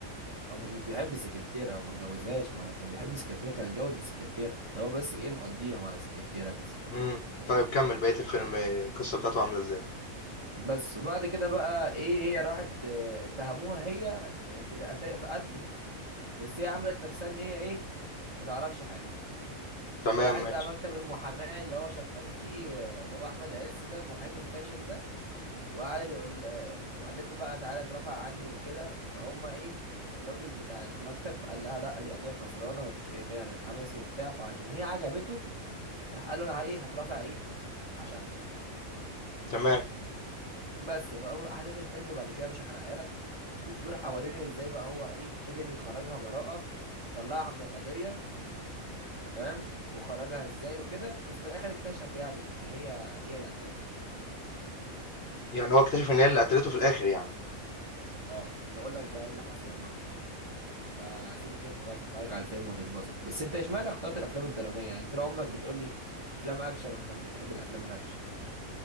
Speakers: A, on the right; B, on the left.
A: هو مش بيحب السكرتيره هو ما اتجوزهاش ما هو كان بيحب السكرتيره كان اتجوز السكرتيره ده هو بس ايه مقضيها مع السكرتيره بس
B: مم. طيب كمل بقيه الفيلم القصه بتاعته عامله ازاي
A: بس وبعد كده بقى ايه هي راحت اه، اتهموها هي في القت- في قتله بس هي عملت نفسها ان هي ايه ما تعرفش حاجه
B: تمام
A: وراحت
B: ماشي
A: بقى مكتب المحاماه اللي هو شغال فيه آه، اللي هو احمد عز ده المحامي الفاشل ده وقعد يقول آه، وقالت له بقى تعالى اترفع عني وكده فهم ايه الراجل بتاع المكتب قال لها لا دي قضيه خسرانه وانت كده كده هتتحبسي وبتاع فعشان هي عجبته راح قال له انا ايه هترفع ايه عشانها
B: تمام
A: بس بقى احداث الفيلم بعد كده مش هحرقها لك بتدور حوالين ازاي بقى هو ايه قدر يخرجها براءه وطلعها من القضيه تمام وخرجها ازاي وكده بس في الاخر اكتشف يعني ان هي هي اللي قتلته
B: يعني هو اكتشف ان هي اللي قتلته في الاخر يعني
A: اه ومش هقول لك بقى ايه اللي حصل لما اكتشف يعني فسيبك انت بقى تتفرج على الفيلم وتتبسط بس انت اشمعنى اخترت الافلام الدراميه يعني انت لو عمرك بتقول لي افلام اكشن وانك بتحب الافلام الاكشن